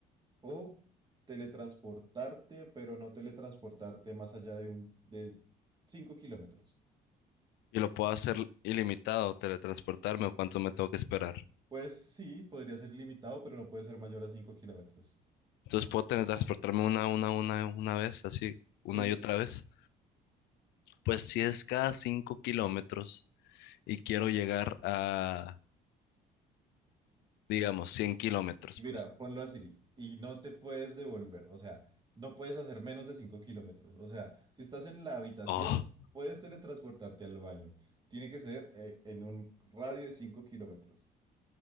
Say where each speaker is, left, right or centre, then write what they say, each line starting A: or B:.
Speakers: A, on the right (about 25°); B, on the left (about 80°).
A: O teletransportarte, pero no teletransportarte más allá de un de 5 kilómetros.
B: Y lo puedo hacer ilimitado, teletransportarme o cuánto me tengo que esperar.
A: Pues sí, podría ser ilimitado, pero no puede ser mayor a 5 kilómetros.
B: Entonces puedo teletransportarme una, una, una, una vez, así,
A: Sí,
B: una y otra vez. Pues si es cada 5 kilómetros y quiero llegar a, digamos, 100 kilómetros,
A: mira,
B: pues.
A: ponlo así. Y no te puedes devolver, o sea, no puedes hacer menos de 5 kilómetros. O sea, si estás en la habitación,
B: Oh,
A: puedes teletransportarte al baño. Tiene que ser eh, en un radio de cinco kilómetros.